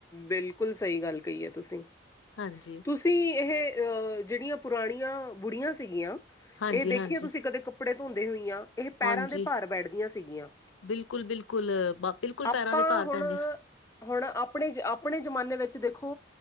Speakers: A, on the left; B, on the left.
A: ਬਿਲਕੁਲ ਸਹੀ ਗੱਲ ਕਹੀ ਹੈ ਤੁਸੀਂ
B: ਹਾਂਜੀ
A: ਤੁਸੀਂ ਇਹ ਜਿਹੜੀਆਂ ਪੁਰਾਣੀਆਂ ਬੁੜੀਆਂ ਸੀਗੀਆਂ
B: ਹਾਂਜੀ
A: ਇਹ ਦੇਖੀਆਂ
B: ਹਾਂਜੀ
A: ਤੁਸੀਂ ਕਦੇ ਕੱਪੜੇ ਧੋਂਦੇ ਹੋਈਆਂ ਇਹ ਪੈਰਾਂ
B: ਹਾਂਜੀ
A: ਦੇ ਭਾਰ ਬੈਠਦੀਆਂ ਸੀਗੀਆਂ
B: ਬਿਲਕੁਲ ਬਿਲਕੁਲ ਬਿਲਕੁਲ
A: ਆਪਾਂ
B: ਪੈਰਾਂ ਦੇ ਭਾਰ
A: ਹੁਣ
B: ਪੈਂਦੇ ਆ
A: ਹੁਣ ਆਪਣੇ ਜ ਆਪਣੇ ਜ਼ਮਾਨੇ ਵਿੱਚ ਦੇਖੋ